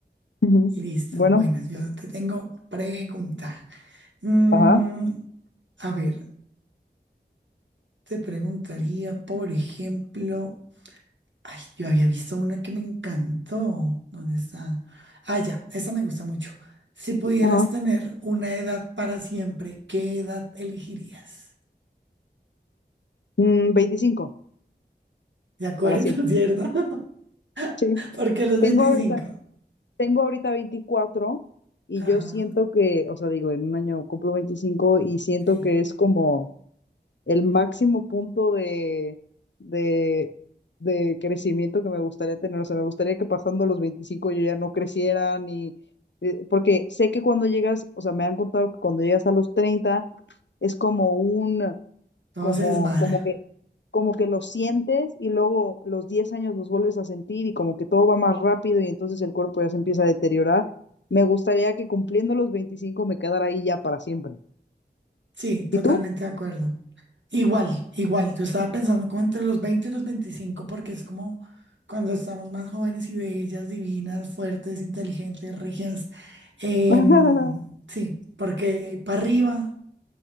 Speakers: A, on the left; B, on the right.
A: Ujú.
B: Listo.
A: Bueno,
B: Bueno, yo te tengo pregunta. Mm,
A: ajá,
B: a ver, te preguntaría, por ejemplo. Ay, yo había visto una que me encantó. ¿Dónde está? Ah, ya, esa me gusta mucho. Si pudieras
A: ajá.
B: tener una edad para siempre, ¿qué edad elegirías?
A: Mm, 25,
B: ¿De acuerdo,
A: para siempre.
B: <laughs> cierto? <laughs>
A: Sí.
B: Porque los
A: Tengo
B: 25.
A: ahorita, Tengo ahorita 24 y
B: Ajá,
A: yo siento que, o sea, digo, en un año cumplo 25 y siento
B: sí.
A: que es como el máximo punto de, de, de crecimiento que me gustaría tener. O sea, me gustaría que pasando los 25 yo ya no creciera ni... eh, Porque sé que cuando llegas, o sea, me han contado que cuando llegas a los 30 es como un,
B: Todo
A: como,
B: se desmadra.
A: como que como que los sientes y luego los 10 años los vuelves a sentir y como que todo va más rápido y entonces el cuerpo ya se empieza a deteriorar. Me gustaría que cumpliendo los 25 me quedara ahí ya para siempre.
B: Sí, totalmente
A: ¿Y tú?
B: de acuerdo. Igual, igual. Yo estaba pensando como entre los 20 y los 25, porque es como cuando estamos más jóvenes y bellas, divinas, fuertes, inteligentes, regias. Em,
A: <laughs>
B: sí, porque para arriba,